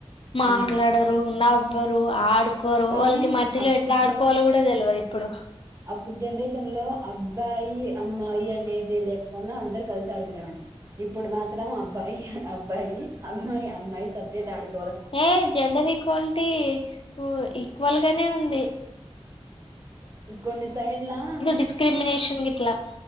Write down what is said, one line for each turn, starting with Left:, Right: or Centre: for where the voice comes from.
Left: మాట్లాడరు
Right: ఇంగ
Left: నవ్ బరు ఆడు కోరు
Right: కానీ
Left: వాళ్ళకి మట్టిలో
Right: అప్పుడు
Left: ఎట్లా ఆడుకోవాలో కూడా తెల్వది ఇప్పుడు
Right: పూ జనరేషన్ లో అబ్బాయి అమ్మాయి అనేది లేకుండా అందరు కలిసి ఆడుకునీవాల్ ఇప్పుడు మాత్రం అబ్బాయి అబ్బాయి అమ్మాయి అమ్మాయి సపరేట్ ఆడుకు
Left: ఏ జెండర్ ఈక్వాలిటీ ఉర్ ఈక్వల్ గానే ఉంది కిక్
Right: కొన్ని సైడ్లా
Left: డిస్క్రిమినేషన్ గిట్లా